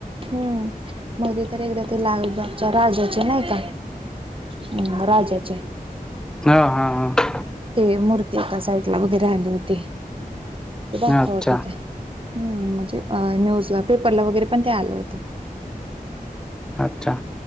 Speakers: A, on the right; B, in the centre.
A: हम्म मोदी तर एकदा ते लालबागच्या राजाचे नाही का? हम् राजाचे.
B: हा हा हा.
A: ते मूर्ती आता साईडला वगैरे आली होती ते दाखवत
B: अच्छा
A: होते. हम् म्हणजे अ न्यूजला पेपरला वगैरे पण ते आलं होतं.
B: अच्छा.